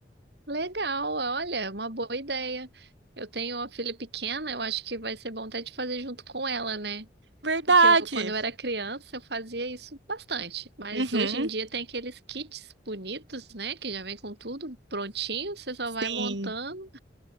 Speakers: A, on the right; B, on the right.
A: Legal, olha, é uma boa ideia. Eu tenho uma filha pequena, eu acho que vai ser bom até de fazer junto com ela, né?
B: Verdade.
A: Porque eu, quando eu era criança, eu fazia isso bastante. Mas
B: Uhum.
A: hoje em dia tem aqueles kits bonitos, né? Que já vem com tudo prontinho, você só vai
B: Sim.
A: montando.